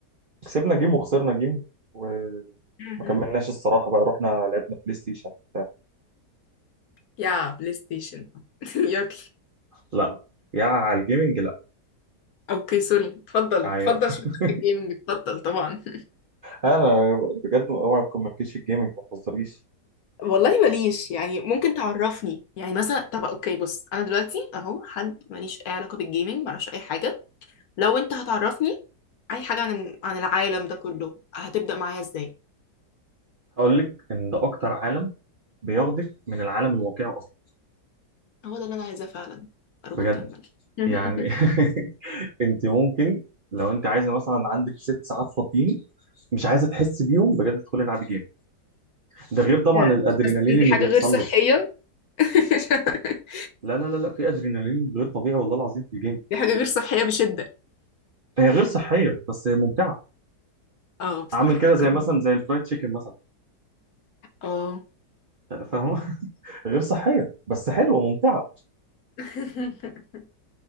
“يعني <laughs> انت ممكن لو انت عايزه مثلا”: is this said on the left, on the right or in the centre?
Right